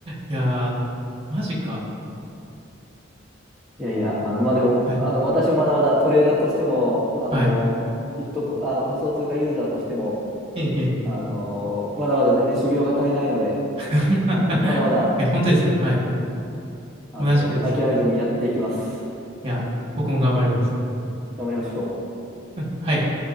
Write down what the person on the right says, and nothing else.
やー、マジか。
はい。
はい。
ええ、ええ。
<laughs>
いや、本当ですよ。はい。
同じくです。
いや、僕も頑張ります。
はい。